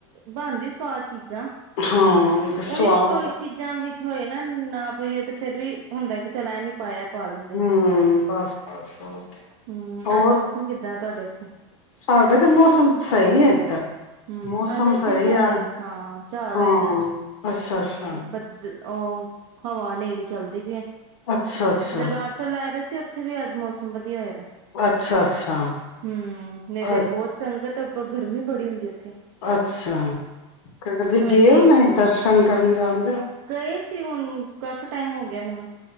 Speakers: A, on the right; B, on the left.
A: ਬਣਦੀ ਸਵਾਦ। ਚੀਜ਼ਾਂ
B: ਹਾਂ ਸਵਾਦ
A: ਉਹੀਓ ਕੋਈ ਚੀਜ਼ਾਂ ਵਿੱਚ ਹੋਏ ਨਾ ਨਾ ਪਈਏ ਤੇ ਫ਼ਿਰ ਵੀ, ਹੁੰਦਾ ਕਿ ਚੱਲ ਐਂ ਨੀ ਪਾਇਆ। ਪਾ ਲੈਂਦੇ।
B: ਹਮ, ਬਸ-ਬਸਹੋਰ ਕਿਆ,
A: ਹੂੰ
B: ਔਰ।
A: ਅੱਜ ਮੌਸਮ ਕਿੱਦਾਂ ਤੁਹਾਡੇ ਉੱਥੇ
B: ਸਾਡੇ ਤੇ ਮੌਸਮ ਸਹੀ ਹੈ ਏਧਰ
A: ਹੂੰ
B: ਮੌਸਮ
A: ਅੱਜ ਇੱਥੇ
B: ਸਹੀ
A: ਵੀ ਸਾਡੇ
B: ਆ।
A: ਹਾਂ ਝਾੜ
B: ਹਾਂ
A: ਹੋਏ ਦਾ
B: ਅੱਛਾ-ਅੱਛਾ
A: ਬੱਦ ਉਹ ਹਵਾ ਹਨੇਰੀ ਚੱਲਦੀ ਪਈ ਏ।
B: ਅੱਛਾ ਅੱਛਾ
A: ਦਰਬਾਰ ਸਾਹਿਬ ਲੈਗੇ ਸੀ ਤੇ ਉੱਥੇ ਵੀ ਅੱਜ ਮੌਸਮ ਵਧੀਆ ਹੋਇਆ।
B: ਅੱਛਾ ਅੱਛਾ
A: ਹਮ ਨਹੀਂ ਤੇ
B: ਅੱਛਾ
A: ਬਹੁਤ ਸੰਗਤ ਤੇ ਗਰਮੀ ਬੜੀ ਹੁੰਦੀ ਹੈ।
B: ਅੱਛਾ, ਕਦੀ
A: ਹੁਣੇ
B: ਗਏ
A: ਦੇਖਦੇ
B: ਹੋ ਮਨੀਕਰਨ
A: ਪਏ ਸੀ
B: ਜਾਣਦੇ ਹੋ
A: ਗਏ ਸੀ ਹੁਣ ਕਾਫ਼ੀ ਟਾਈਮ ਹੋ ਗਿਆ ਮੈਨੂੰ।